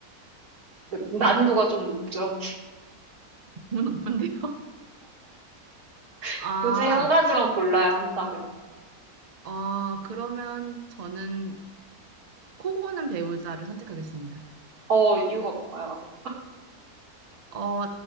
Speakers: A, on the right (about 70°); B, on the right (about 30°).
A: 난이도가 좀 높죠.
B: 너무 높은데요?
A: <laughs>
B: <laughs> 아,
A: 굳이 한 가지만 골라야 한다면.
B: 어, 그러면 저는 코고는 배우자를 선택하겠습니다.
A: 어, 이유가 뭔가요?
B: 어,